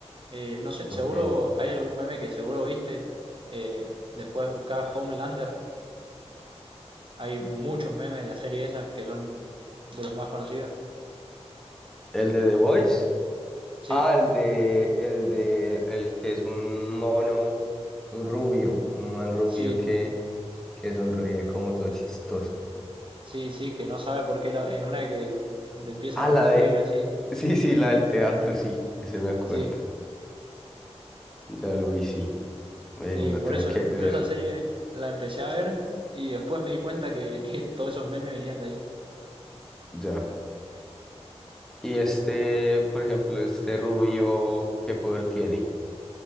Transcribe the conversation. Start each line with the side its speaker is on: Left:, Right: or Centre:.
Right: Eh, no sé,
Centre: Ok.
Right: seguro hay algún meme que seguro viste. Eh, después de buscar Homelander, hay muchos memes de la serie esa que son de los más conocidos.
Centre: ¿El de The Voice?
Right: Sí,
Centre: Ah, el de, el de, el que es un mono, un rubio, un man rubio
Right: sí,
Centre: que, que sonríe como todo chistoso.
Right: sí, sí, que no sabe por qué la- en una que le empiezan
Centre: Ah,
Right: a aplaudir
Centre: la de,
Right: así.
Centre: sí, sí, la del teatro, sí, ese me acuerdo.
Right: Sí,
Centre: Ya lo vi, sí. Eh,
Right: sí,
Centre: me la
Right: por
Centre: tengo
Right: eso
Centre: que ver,
Right: yo esa serie la empecé a ver y después me di cuenta que, <laughs> que todos esos memes venían de ahí.
Centre: ya. Y este, por ejemplo, este rubio, ¿qué poder tiene?